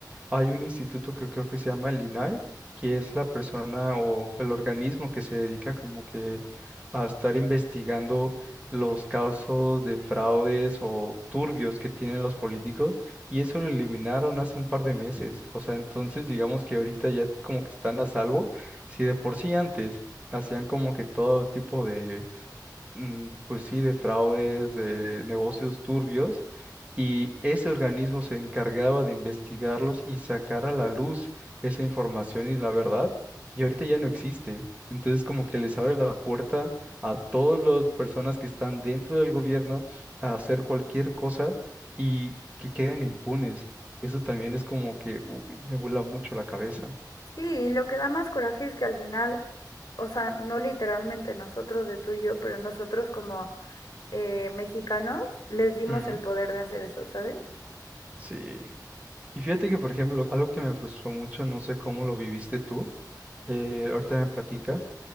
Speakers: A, on the right (about 15°); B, on the left (about 55°).
A: Hay un instituto que creo que se llama el INAI, que es la persona o el organismo que se dedica como que a estar investigando los casos de fraudes o turbios que tienen los políticos y eso lo eliminaron hace un par de meses. O sea, entonces digamos que ahorita ya como que están a salvo. Si de por sí antes hacían como que todo tipo de mm, pues sí, de fraudes, de negocios turbios, y ese organismo se encargaba de investigarlos y sacar a la luz esa información y la verdad, y ahorita ya no existe. Entonces como que les abre la puerta a todas las personas que están dentro del gobierno a hacer cualquier cosa y que queden impunes. Eso también es como que uy, me vuela mucho la cabeza.
B: Sí, y lo que da más coraje es que al final, o sea, no literalmente nosotros de tú y yo, pero nosotros como eh, mexicanos les dimos
A: Ujú,
B: el poder de hacer eso, ¿sabes?
A: Sí. Y fíjate que, por ejemplo, algo que me frustró mucho, no sé cómo lo viviste tú, eh, ahorita me platicas,